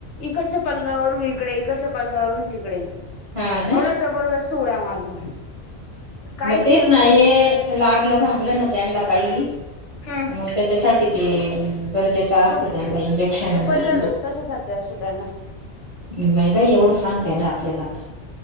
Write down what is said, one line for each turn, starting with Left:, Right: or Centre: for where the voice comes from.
Left: इकडच्या पलंगावरून इकडे, इकडच्या पलंगावरून तिकडे.
Right: हा ना
Left: एवढा जबरदस्त उड्या मारतो. काहीच
Right: मग तेच
Left: नाही न
Right: ना हे लागलं-भागलं ना त्यांला काही,
Left: हम्म
Right: मग त्याच्यासाठी. ते गरजेचं असत
Left: तो
Right: त्यांना, इंजेक्शन <unintelligible>
Left: तो
Right: म्हणजे.
Left: पहिला डोस कशासाठी असतो त्यांना
Right: नही बाई एवढं सांगता येनार आपल्याला आता.